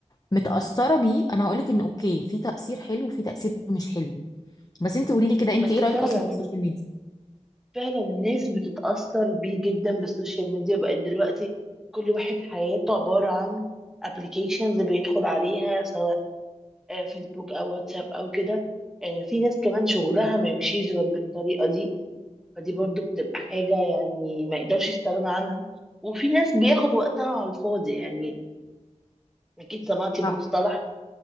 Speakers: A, on the left; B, in the centre.
A: متاثره بيه انا هقولك ان اوكي في تاثير حلو وفي تاثير مش حلو بس انت قولي لي كده انت
B: بس
A: ايه رايك
B: فعلا
A: اصلا في السوشيال ميديا
B: فعلا الناس بتتأثر بيه جدا بالسوشيال ميديا بقى دلوقتي كل واحد حياته عبارة عن ابلكيشنز بيدخل عليها سواء آه، فيسبوك او واتساب او كده آه، في ناس كمان شغلها ما يمشيش غير بالطريقة دي فدي برضو بتبقى حاجة يعني ما يقدرش يستغنى عنها وفي ناس بياخد وقتها على الفاضي يعني اكيد سمعتي مصطلح
A: صح